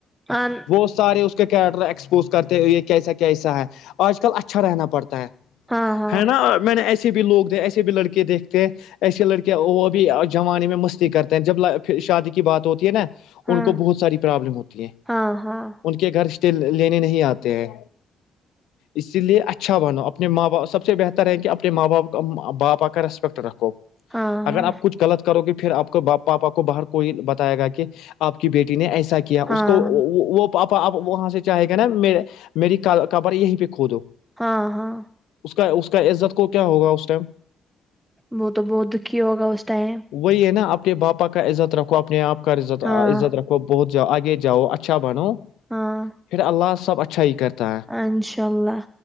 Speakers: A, in the centre; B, on the left.
A: ہاں
B: وہ سارے اس کے کیرٹر ایکسپوز کرتے یہ کیسا کیسا ہے آج کل اچھا رہنا پڑتا ہے
A: ہاں ہاں
B: ہے نا میں نے ایسے بھی لوگ ایسے بھی لڑکے دیکھتے ہیں ایسیے لڑکیاں وہ بھی جوانے میں مستی کرتے ہیں جب شادی کی بات ہوتی ہے نا
A: ہاں
B: ان کو بہت ساری پرابلم ہوتی ہے
A: ہاں ہاں
B: ان کے گھر رشتے لینے نہیں آتے ہیں اسی لیے اچھا بنو اپنے ماں باپ سب سے بہتر ہے کہ اپنے ماں باپ باپا کا ریسپیکٹ رکھو
A: ہاں
B: اگر
A: ہاں
B: آپ کچھ غلط کرو گے پھر آپ کو پاپا کو باہر کوئی بتائے گا کہ آپ کی بیٹی نے ایسا کیا
A: ہاں
B: اس کو وہ پاپا آپ وہاں سے چاہیں گا نا میری کبر یہیں پہ کھودو
A: ہاں ہاں
B: اس کا اس کا عزت کو کیا ہوگا اس ٹائم
A: وہ تو بہت دکھی ہوگا اس ٹائم
B: وہی ہے نا اپنے پاپا کا عزت رکھو اپنے آپ کا عزت عزت
A: ہاں
B: رکھو بہت جاؤ آگے جاؤ اچھا بنو
A: ہاں
B: پھر اللہ سب اچھا ہی کرتا ہے
A: انشاء اللہ